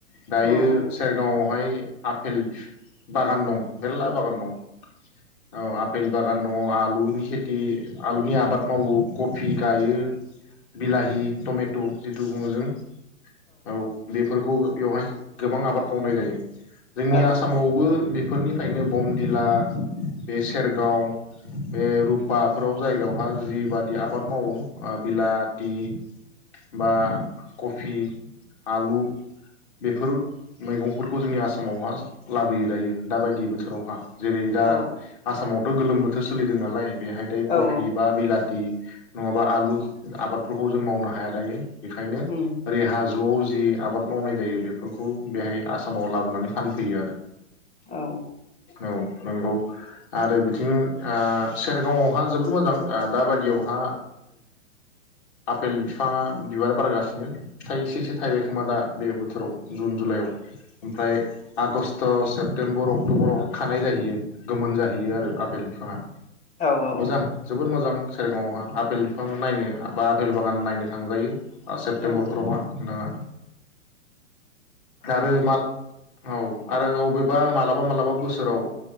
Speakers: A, on the left; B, on the left.
A: दायो।
B: औ औ
A: सिगाङावहाय आफेल बागान दं मेरला बागान दं औ आफेल बागान दङ आलुनि खेथि आलुनि आबाद मावो कफि गायो बिलाहि टमेट' जिथु बुङो जों औ बेफोरखौ बेवहाय गोबां आबाद मावनाय जायो। जोंनि
B: औ
A: आसामावबो बेफोरनि निफ्रायनो बमदिला बे सेरगाव बे रुपाफोराव जायगायावहा जिबादि आबाद मावो बिलाटि बा कफि आलु बेफोर मैगंफोरखौ जोंनि आसामावहा लाबोयो दायो दाबायदि बोथोरावहा जेरै दा
B: औ
A: आसामाव बो गोलोम बोथोर सोलिदों नालाय बेहाय दायो
B: औ
A: कफि बा बिलाथि नङाबा आलु आबादफोरखौ जों मावनो हाया दायो। बेखायनो
B: उम
A: ओरै हाजोआव जि आबाद मावनाय जायो बेफोरखौ बेहाय आसामाव लाबोनानै फानफैयो आरो
B: औ
A: औ नों आरो बिथिं ओ सेरगाव आवहा जोबोद मोजां दाबायदियावहा आफेल बिफाङा बिबार बारगासिनो थाइसेसो थाइबाय खोमा दा बे बोथोराव जुन जुलाइआव ओमफ्राय आगष्ट थ' सेप्तेमबर अक्ट'बर खानाय जाहैयो गोमोन जाहैयो आरो आफपेल बिफाङा
B: औ औ
A: मोजां जोबोद मोजां सेरगाव आवहा
B: उम
A: आफपेल बिफां नायनो बा रेल बागान नायनो थांजायो। ओ सेप्तेम्बर
B: औ
A: हरावहा नोंथाङा आरो मा औ आरो अबे बा मालाबा मालाबा बोसोराव